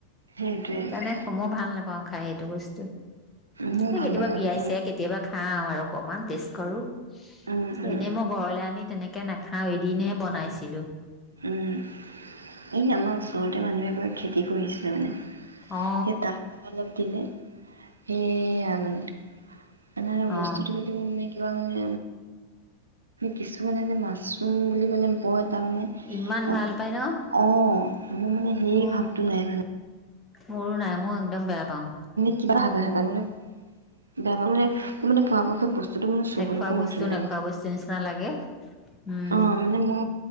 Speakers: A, on the right (about 75°); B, on the left (about 15°).
A: সেইটোৱে
B: সেইকাৰণে সমও ভাল নাপাওঁ খাই এইটো বস্তু
A: মোৰ
B: এই
A: ভাল
B: কেতিয়াবা
A: নাপাওঁ
B: বিয়াই
A: মানে
B: ছিয়াই কেতিয়াবা খাওঁ আৰু অকণমান টেষ্ট কৰোঁ <unintelligible>
A: উম উম
B: এনেই মই ঘৰলে আনি তেনেকে কে নাখাও এদিনে বনাইছিলো
A: উম <unintelligible> এই আমাৰ ওচৰতে মানুহ এঘৰে খেতি কৰিছিলে মানে স
B: অ
A: তাৰ পৰা অলপ দিনে হেয়া মানে নান
B: অ
A: বস্তুতটো পাতি মু মানে কি কিবা মানে কিছুমানে যে মাছৰুম বুলি ক'লে মদ তাৰমানে
B: ইমান ভাল পাই ন
A: অঁ মোৰ মানে সেই
B: অ
A: ভাৱটো নাই মানে
B: মোৰো নাই, মোৰ একদম বেয়া পাওঁ
A: কিবা <unintelligible> মানে? বেয়া পাওঁ, মানে-মানে পৰাপক্ষত বস্তুটো মানে, চুবলৈকো
B: নেখোৱা বস্তু
A: মোৰ ঘিণ লাগে।
B: নেখোৱা বস্তু নিচিনা লাগে উম
A: অ', মানে মোৰ